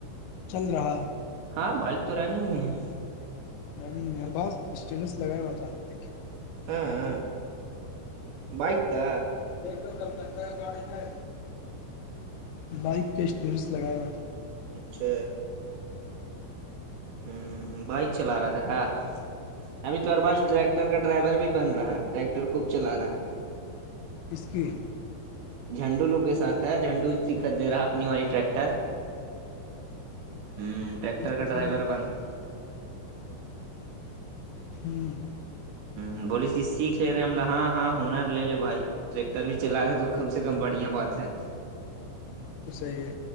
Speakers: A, on the left; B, on the right.
A: چل رہا
B: ہاں بائک تو رنگ میں ہے
A: میں نےگ مہرباز اسٹیٹس لگایا ہوا تھا دیکھے
B: ہاں بائک کا
A: دیک تو کلکتہ کا گاڑی ہے بائک کے اسٹیرس لگائے ہوئے تھ
B: اچھا ہ بائک چلا رہا تھا کا ابھی توہارے پاس ڈریکٹر کا ڈرائیور بھی بن رہا ٹریکٹر خوب چلا رہا
A: اس کی
B: جھنڈوگ کے سھ ہے جھنڈو ہی خد دے رہا ہے اپنی والی ٹریکٹر ہ
A: جا
B: ٹیکٹر
A: کے اسٹیشن
B: کا ڈرائیبر
A: میں پتہ چل ہوں
B: ہ بولیس کہ سیکھ لے رہے ہیں ہم لگ ہاں ہاں ہنر لے لے بھائی ٹریکٹر بھی چلا گ تو کم سے کم بڑھیا بات ہے
A: بقت تو چاہیے